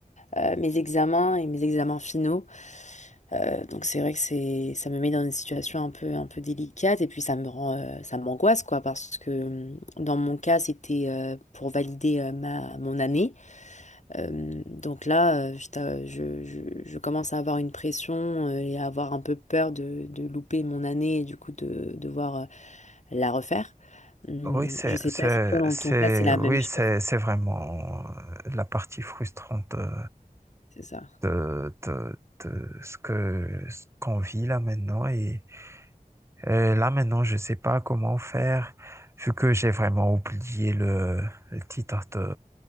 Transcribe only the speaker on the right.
Oui, c'est,
c'est,
c'est,
oui,
c'est, c'est vraiment euh, la partie frustrante. euh,
de, de- de ce que, ce qu'on vit là maintenant. Et, et là maintenant, je ne sais pas comment faire, vu que j'ai vraiment oublié le, le titre de,